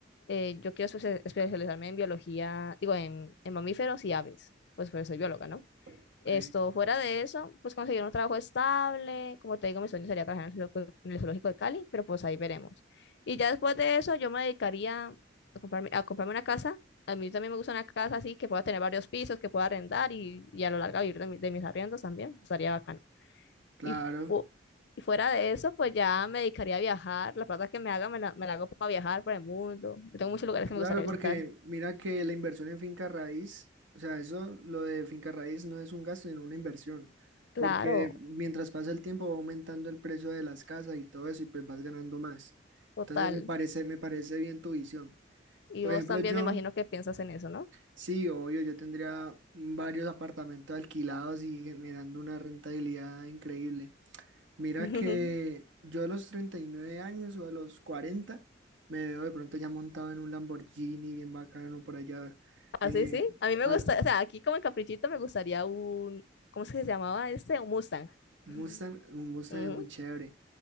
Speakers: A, on the left; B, on the right.
A: Eh, yo quiero especia- especializarme en biología, digo, en, en mamíferos y aves, pues, pues soy bióloga, ¿no?
B: Ok,
A: Esto, fuera de eso, pues conseguir un trabajo estable, como te digo, mi sueño sería trabajar en el zoológico, en el zoológico de Cali, pero pues ahí veremos. Y ya después de eso, yo me dedicaría a comprarme, a comprarme una casa. A mí también me gusta una casa así, que pueda tener varios pisos, que pueda arrendar y, y a lo largo vivir de, mi- de mis arriendos también, estaría bacano.
B: Claro,
A: Y, fu- y fuera de eso, pues ya me dedicaría a viajar. La plata que me haga, me la, me la hago para viajar por el mundo. Yo tengo muchos lugares
B: Claro,
A: que me gustaría
B: porque
A: visitar.
B: mira que la inversión en finca raíz, o sea, eso, lo de finca raíz no es un gasto, sino una inversión,
A: Claro,
B: porque mientras pasa el tiempo va aumentando el precio de las casas y todo eso y pues vas ganando más.
A: total.
B: Entonces me parece, me parece bien tu visión.
A: Y
B: Por
A: vos
B: ejemplo,
A: también
B: yo,
A: me imagino que piensas en eso, ¿no?
B: sí, obvio, yo tendría varios apartamentos alquilados y generando una rentabilidad increíble. Mira
A: <laughs>
B: que yo a los 39 años o a los 40 me veo de pronto ya montado en un Lamborghini bien bacano por allá.
A: Así
B: eh,
A: sí. A mí me
B: ah,
A: gusta, o sea, aquí como en Caprichito me gustaría un, ¿cómo es que se llamaba este? Un Mustang.
B: Mustang,
A: <laughs>
B: un Mustang
A: Ujú,
B: es muy chévere.